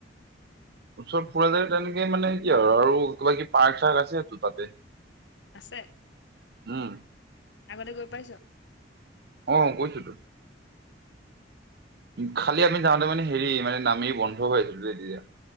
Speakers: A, on the right (about 60°); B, on the left (about 75°).
A: ওচৰত ফুৰা যায় তেনেকে মানে কি আৰু আৰু কিবা কিব পাৰ্ক চাৰ্ক আছে সো তাতে।
B: আছে
A: উম
B: আগতে গৈ পাইছো।
A: অ কৈছো তো। উ খালি আমি যাওঁতে মানে হেৰি মানে নামি বন্ধ হৈ তেতিয়া।